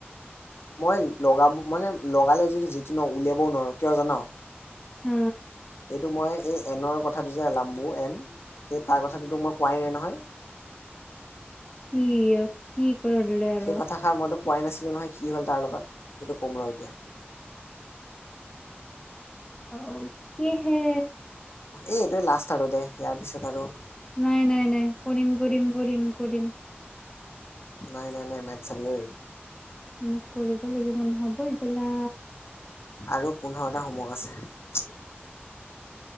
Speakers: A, on the left (about 85°); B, on the left (about 20°).
A: মই লগাম, মানে লগালে <unintelligible> যিটো ন উলিয়াবও নোৱাৰো কিয় জান -
B: হ
A: এইটো মই এই এনৰ কথাটো যে <unintelligible> এন সেই তাৰ কথাটোো মই কোৱাই নাই ন হয়।
B: কিও, কি কৰিলে আৰু
A: সেই
B: -
A: কথাষাৰ মই তোক কোৱাই নাছিলো নহয় কি হ'ল তাৰ লগত এইটো কম ৰ এতিয়া -
B: অও কহে?
A: ই এইটো লাষ্ট <unintelligible> দে ইয়াৰ পিছত আৰু -
B: নাই - নাই - নাই -কৰিম - কৰিম - কৰিম - কৰিম।
A: নাই নাই নাই মেথ চাবি অই৷
B: মোক কৰিব লাগিব নহব এইবেলা
A: আৰু পোন্ধৰটা হোমৱৰ্ক আছে৷